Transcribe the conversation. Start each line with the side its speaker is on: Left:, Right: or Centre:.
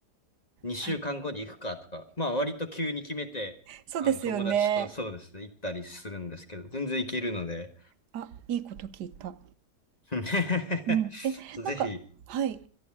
Left: 2週間後に行くかとか、
Right: はい。
Left: まあ割と急に決めて、
Right: そうですよね。
Left: あの友達とそうですね、行ったりするんですけど、全然行けるので、
Right: あ、いいこと聞いた。
Left: <laughs>
Right: うん。え、
Left: そうぜひ、
Right: なんか、はい。